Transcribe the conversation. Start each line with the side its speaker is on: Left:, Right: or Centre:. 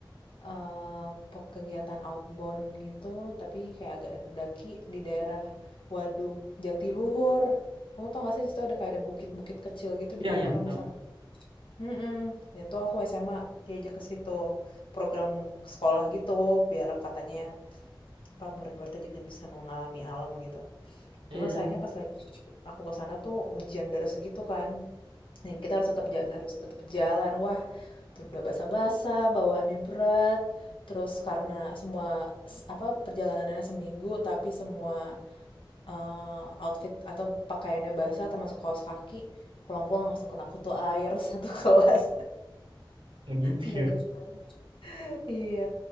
Left: Eee, pe kegiatan outbound gitu, tapi kayak agak daki di daerah Waduk Jatiluhur. Kamu tau gak sih situ ada kayak ada bukit-bukit kecil gitu
Right: Iya,
Left: di mana
Right: iya.
Left: orang
Right: Tahu?
Left: bisa mhm, itu aku SMA diajak ke situ, program sekolah gitu biar katanya, apa, murid-muridnya juga bisa mengalami alam gitu.
Right: Iya,
Left: Cuma sayangnya pas lagi aku ke sana tuh hujan deras gitu kan. Nah, kita harus tetap jalan, harus tetap jalan. Wah, tuh udah basah-basah, bawaannya berat. Terus karena semua s- apa perjalanannya seminggu, tapi semua eh, outfit atau pakaiannya basah, termasuk kaos kaki, pulang-pulang langsung kena kutu air <laughs> satu kelas.
Right: Kayak gitu
Left: Gara-gara.
Right: ya.
Left: gitu. Iya,